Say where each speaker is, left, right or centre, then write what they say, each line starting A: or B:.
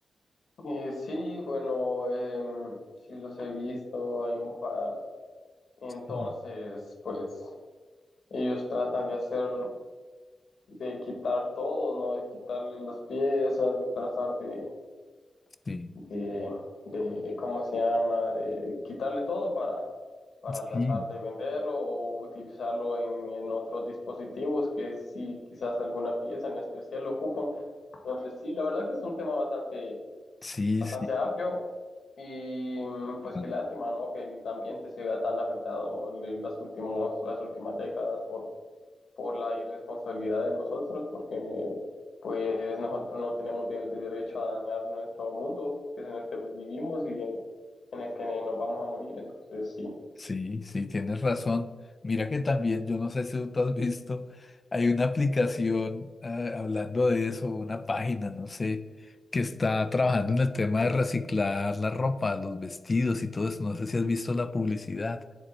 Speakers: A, on the left; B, on the left.
A: Eh, sí, bueno, em, sí los he visto, hay un par. Entonces,
B: Mm.
A: pues ellos tratan de hacer, de quitar todo, ¿no? De quitarle las piezas, de tratar de,
B: Sí,
A: de, de, ¿cómo se llama? De quitarle todo para, para
B: sí,
A: tratar de venderlo o utilizarlo en, en otros dispositivos que sí, quizás alguna pieza en especial lo ocupan. Entonces, sí, la verdad que es un tema bastante
B: sí,
A: bastante amplio y mm, pues
B: sí.
A: qué lástima, ¿no? Que el ambiente se vea tan afectado en las últimos, las últimas décadas por, por la irresponsabilidad de nosotros, porque pues nosotros no tenemos el derecho a dañar nuestro mundo, que es en el que vivimos y en el que nos vamos a morir, entonces sí.
B: Sí, sí, tienes razón. Mira que también, yo no sé si tú has visto, hay una aplicación, ah, hablando de eso, una página, no sé, que está trabajando en el tema de reciclar la ropa, los vestidos y todo eso. No sé si has visto la publicidad